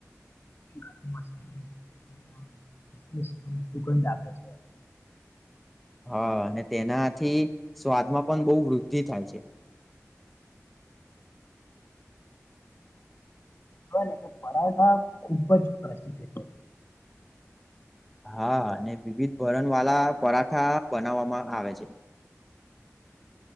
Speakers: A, on the left; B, in the centre.
A: ગરમ મસાલા વિઈ દખે છે <unintelligible> <inaudible>
B: હા અને તેનાથી સ્વાદમાં પણ બહુ વૃદ્ધિ થાય છે. -
A: <inaudible> એને કે પરાઠા ખુબ જ પ્રસિદ્ધ છે
B: હા અને વિવિધ ભરણ વાળા પરાઠા બનાવવામાં આવે છે